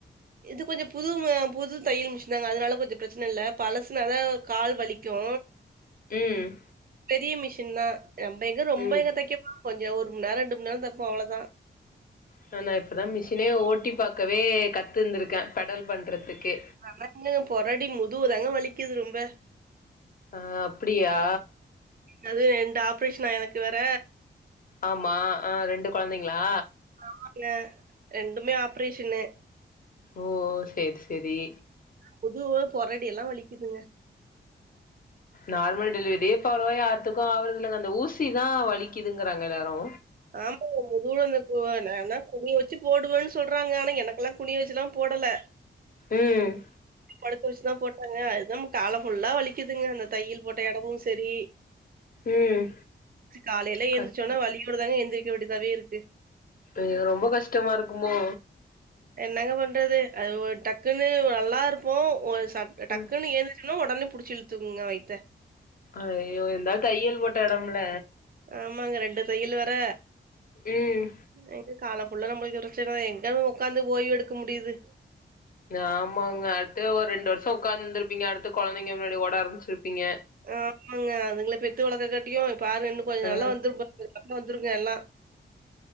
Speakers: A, on the right (about 50°); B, on the left (about 50°).
A: இது கொஞ்சோ புதும புது தையல் மிஷின்தாங்க அதுனால கொஞ்சோ பிரச்ன இல்ல பழசுனாத கால் வலி க்கு.
B: ம்.
A: பெரிய மிஷின் தா நம்ப எங்க ரொம்ப
B: ம்
A: எங்க தெக்க போறோ கொஞ்சோ ஒரு மண் நேரோ ரெண்டு மண் நேரோ தெப்போ அவ்ளதா.
B: சோ நா இப்பதா மிஷினே ஓட்டி பாக்கவே கத்துந்திருக்கே பெடல் பண்றதுக்கே.
A: ஆனா <inaudible> பொறடி முதுவுதாங்க வலிக்குது ரொம்ப.
B: ஆ அப்பிடியா?
A: அதுவு ரெண்டு ஆப்ரேஷனா எனக்கு வேற
B: ஆமா அ ரெண்டு கொழந்தைங்ளா?
A: ஆங்க ரெண்டுமே ஆப்ரேஷனு.
B: ஓ செர் செரி.
A: முதுவு பொறடி எல்லா வலிக்குதுங்க.
B: நார்மல் டெலிவரியே இப்ப அவ்ளவா யார்த்துக்கு ஆவறது இல்லங்க. அந்த ஊசிதா வலிக்குதுங்கறாங்க எல்லாரு.
A: ஆமாங்க முதுவுல இந்த கு நா நா குனிய வெச்சு போடுவன் சொல்றாங்க ஆனா எனக்கெல்லா குனிய வெச்சுலாம் போடல.
B: ம்.
A: படுக்க வெச்சுதா போட்டாங்க அதுதாம் கால ஃபுல்லா வலிக்குதுங்க அந்த தையல் போட்ட எடமு செரி
B: ம்
A: ச்சி காலைல
B: கஷ்
A: எந்திச்சொன்ன வழியோடதாங்க எந்திரிக்க வேண்டிதாவே இருக்கு.
B: ம் ரொம்ப கஷ்டமா இருக்குமோ?
A: என்னங்க பண்றது அது ஒ டக்குன்னு ஒ நல்லா இருப்போ ஒரு சட் டக்குன்னு
B: ம்
A: எந் சின்னு ஒடனே புடிச்சு இழுத்துகுங்க வய்த்த.
B: அய்யோ இந்தால் தையல் போட்ட எடம்ல
A: ஆமாங்க ரெண்டு தையல் வெற
B: ம்
A: அ காலம்ஃபுல்லா நம்மள்க்கு பிரச்சனதா எங்க ஒக்காந்து ஓய்வு எடுக்க முடிது.
B: ஆமாங்க அட்த்து ஒரு ரெண்டு வர்ஷோ உக்காந்திருப்பீங்க அடுத்து கொழந்தைங்க முன்னாடி ஓட ஆரம்ச்சிருப்பிங்க.
A: ஆமாங்க அதுங்ள பெத்து வளக்க காட்டிகு பாருங்க இன்னு கொஞ்சோ
B: ஆ
A: நல்லா வந்துரும் பாருங்க சண்ட வந்துருங்க எல்லா.